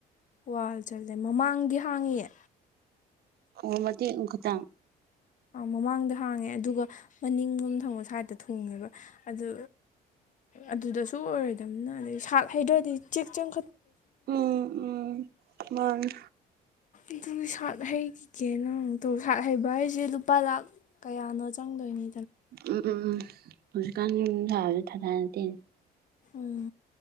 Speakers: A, on the left (about 50°); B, on the right (about 65°).
A: ꯋꯥꯜ ꯆꯠꯂꯦ ꯃꯃꯥꯡꯗꯤ ꯍꯥꯡꯉꯤꯦ
B: ꯑꯣꯃꯗꯤꯇ ꯈꯔ ꯇꯟ
A: ꯃꯃꯥꯡꯗ ꯍꯥꯡꯉꯦ ꯑꯗꯨꯒ ꯃꯅꯤꯡꯒꯨꯝ ꯊꯪꯕꯣ ꯁ꯭ꯥꯏꯠꯇ ꯊꯣꯡꯉꯦꯕ ꯑꯗꯨ ꯑꯗꯨꯗꯁꯨ ꯑꯣꯏꯔꯣꯏꯗꯝꯕꯅ ꯑꯗꯩ ꯁꯥꯥꯛ ꯍꯩꯗ꯭ꯔꯗꯤ ꯆꯦꯛ ꯆꯪ
B: ꯎꯝ ꯎꯝ ꯃꯥꯅꯤ
A: ꯑꯗꯨ ꯁꯥꯔꯠ ꯍꯩꯈꯤꯒꯦ ꯅꯪ ꯇꯣ ꯁꯥꯔꯠ ꯍꯩꯕ ꯍꯥꯏꯁꯦ ꯂꯨꯄꯥ ꯂꯥꯛ ꯀꯌꯥꯅꯣ ꯆꯪꯗꯣꯏꯅꯤ
B: ꯑꯝ ꯎꯝ ꯍꯧꯖꯤꯛꯀꯥꯟ ꯌꯨꯝ ꯁꯥꯕꯁꯨ ꯊꯥꯊ ꯅꯠꯇꯦꯅꯦ
A: ꯎꯝ